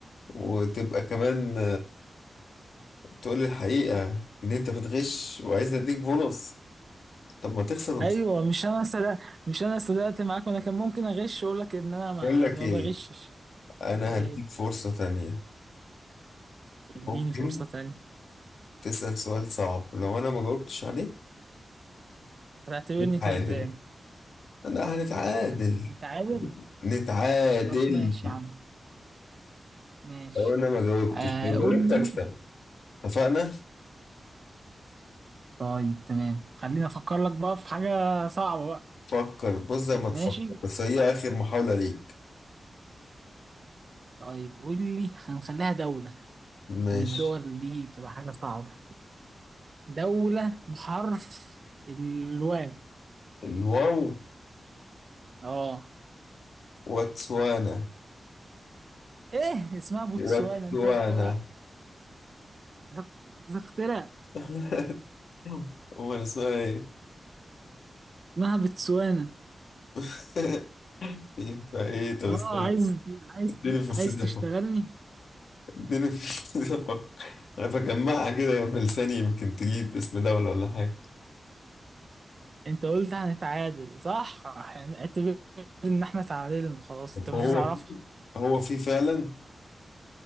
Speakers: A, on the left; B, on the right.
A: وتبقى كمان تقول لي الحقيقة إن أنت بتغش وعايزني أديك بونص طب ما تخسر وأنت
B: ايوه مش انا صدقت مش انا صدقت معاك وانا كان ممكن اغش واقول لك ان انا ما,
A: بقول لك
B: ما
A: إيه
B: بغشش
A: أنا
B: ايه
A: هديك فرصة تانية
B: اديني
A: ممكن
B: فرصة تانية
A: تسأل سؤال صعب لو أنا ما جاوبتش عليه
B: هتعتبرني
A: نتعادل
B: كسبان
A: أنا هنتعادل
B: نتعادل
A: نتعادل
B: طب ماشي يا عم ماشي
A: لو أنا ما جاوبتش
B: آه
A: لو
B: قول
A: جاوبت
B: لي
A: أكسب اتفقنا؟
B: طيب تمام خليني افكر لك بقى في حاجة صعبة بقى
A: فكر بص زي ما تفكر
B: ماشي
A: بس هي آخر محاولة ليك
B: طيب قول لي هنخليها دولة
A: ماشي
B: عشان الدول دي بتبقى حاجة صعبة دولة بحرف الواو
A: الواو
B: اه
A: واتسوانا
B: ايه اسمها بوتسوانا
A: واتسوانا
B: انت انت انت اخترع
A: <laughs> هو أنا اسمها إيه؟
B: اسمها بتسوانا
A: <laughs> يبقى ايه طب
B: اه
A: استنى
B: عايز عايز
A: اديني فرصتي
B: عايز تشتغلني
A: افكر اديني <laughs> فرصتي افكر انا بجمعها كده بلساني يمكن تجيب اسم دولة ولا حاجة
B: انت قلت هنتعادل صح يعني اعتبر ان احنا تعادلنا خلاص
A: طب
B: انت مش
A: هو
B: هتعرفها
A: هو في فعلا